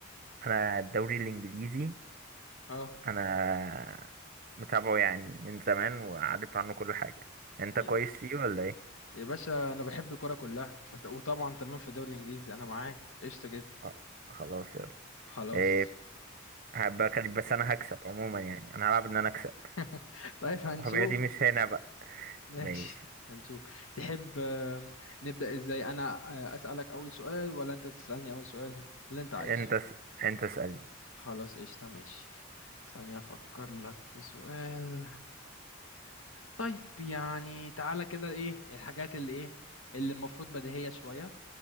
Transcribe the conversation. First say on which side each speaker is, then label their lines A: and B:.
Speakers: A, on the right; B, on the left.
A: أنا الدوري الإنجليزي
B: اه
A: أنا متابعه يعني من زمان وعارف عنه كل حاجة أنت
B: يا
A: كويس فيه ولا ايه؟
B: يا باشا انا بحب الكرة كلها فت... وطبعا تمام في الدوري الانجليزي انا معاك قشطة جدا
A: خ- خلاص يلا
B: خلاص
A: إيه هبقى كلب بس أنا هكسب عموما يعني أنا هلعب إن أنا أكسب
B: <laughs> طيب هنشوف
A: الحبيبة دي مش هنا بقى
B: ماشي
A: ماشي
B: هنشوف تحب أم، نبدأ ازاي انا أه، اسألك اول سؤال ولا انت تسألني اول سؤال اللي انت عايزه
A: أنت س... أنت اسألني
B: خلاص قشطة ماشي ثانية أفكر لك في سؤال طيب يعني تعالى كده إيه الحاجات اللي إيه اللي المفروض بديهية شوية